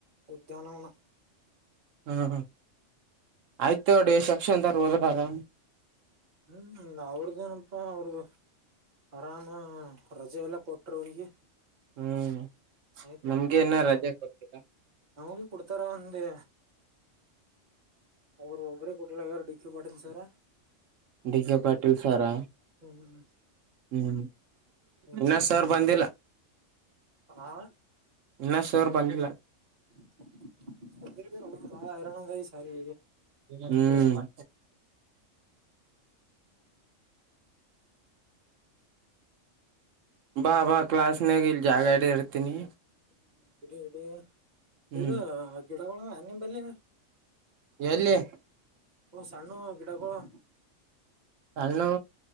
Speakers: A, on the right; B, on the right.
A: ಉದ್ಯಾನವನ.
B: ಹ್ಮ್ ಆಯ್ತ ನೋಡಿ ಸೆಕ್ಷನ್ ತಾರ ಹೋದ್ರಲ್ಲ.
A: ಹ್ಮ್ ಅವ್ರದೇನಪ್ಪಾ ಅವ್ರದ್. ಆರಾಮ ರಜೆ ಎಲ್ಲಾ ಕೊಟ್ರ ಅವ್ರಿಗೆ.
B: ಹ್ಮ್
A: ಆಯ್ತ್
B: ನಮ್ಗೆ
A: ನಮಗ್ ಬಿ
B: ಇನ್ನ
A: ಕೊಡ್ತರ
B: ರಜೆ ಕೊಟ್ಟಿಲ್ಲ
A: ನಮಗ ಭಿ ಕೊಡ್ತಾರ ಅಂದೇ. ಅವರು ಒಬ್ಬ್ರೇ ಕೋಟಲ ಆಗ್ಯಾರ DK Patil sir.
B: D K Patil ಸಾರಾ
A: ಹ್ಮ್
B: ಹ್ಮ.
A: ಹ್ಮ್
B: ಇನ್ನ ಸರ್ ಬಂದಿಲ್ಲ
A: ಹಾ
B: ಇನ್ನ ಸರ್ ಬಂದಿಲ್ಲ.
A: <unintelligible> ಬಾಳ್ ಹೈರಾಣ ಆದ ಈ ಸರಿ.
B: ಹ್ಮ್. ಬಾ ಬಾ ಕ್ಲಾಸ್ ನಾಗ ಇಲ್ ಜಾಗ ಹಿಡದ ಇರ್ತೀನಿ.
A: ಹ ಬಿಡ ಇಡಿ
B: ಹ್ಮ್
A: ಇದು ಗಿಡಗಳ ಅವ ನಿಮಲ್ಲಿ.
B: ಎಲ್ಲಿ.
A: ಓ ಸಣ್ಣು ಗಿಡಗಳು
B: ಹಣ್ಣು